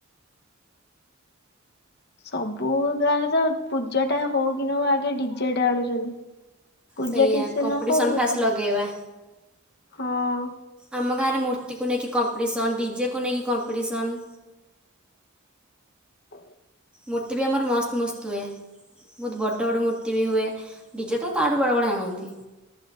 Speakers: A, on the left; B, in the centre.
A: ସବୁ ଗାଁ ରେ ପୂଜା ଟା ହଉ କି ନ ହଉ ଆଗେ ଡିଜେ ଟା ଆଣୁଛନ୍ତି। ପୂଜା
B: ସେଇଆ
A: ଠିକ୍ ସେ
B: କମ୍ପିଟିସନ୍
A: ନ ହଉ ପଛେ
B: ଫାଷ୍ଟ ଲଗେଇବା
A: ହଁ।
B: ଆମ ଗାଁରେ ମୂର୍ତ୍ତିକୁ ନେଇକି କମ୍ପିଟିସନ୍ ଡିଜେକୁ ନେଇକି କମ୍ପିଟିସନ୍।
A: <inaudible>
B: ମୂର୍ତ୍ତି ବି ଆମର ମସ୍ତ ମସ୍ତ ହୁଏ। ବହୁତ ବଡ଼ ବଡ଼ ମୂର୍ତ୍ତି ବି ହୁଏ ଡିଜେ ତ ତାଠୁ ବଡ଼ ବଡ଼ ଆଣନ୍ତି।